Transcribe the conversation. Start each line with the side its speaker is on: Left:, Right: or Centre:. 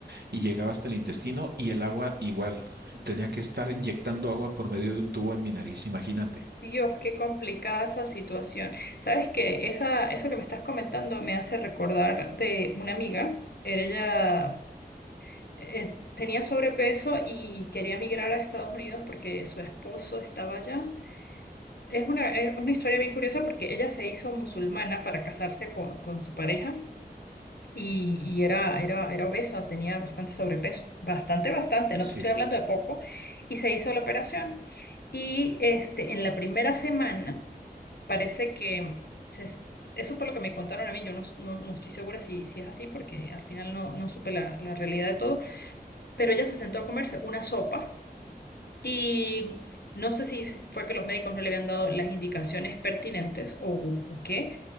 Right: y llegaba hasta el intestino y el agua igual. Tenía que estar inyectando agua por medio de un tubo en mi nariz, imagínate.
Left: Dios, qué complicada esa situación. Sabes que esa, eso que me estás comentando me hace recordar de una amiga. Era Ella eh, tenía sobrepeso y quería migrar a Estados Unidos porque su esposo estaba allá. Es una, es una historia bien curiosa porque ella se hizo musulmana para casarse con, con su pareja y, y era, era, era obesa, tenía bastante sobrepeso. Bastante, bastante,
Right: Sí,
Left: no te estoy hablando de poco. Y se hizo la operación. Y este, en la primera semana parece que se es- eso fue lo que me contaron a mí. Yo no, no, no estoy segura si, si es así porque al final no, no supe la, la realidad de todo. Pero ella se sentó a comerse una sopa y no sé si fue que los médicos no le habían dado las indicaciones pertinentes o, o qué,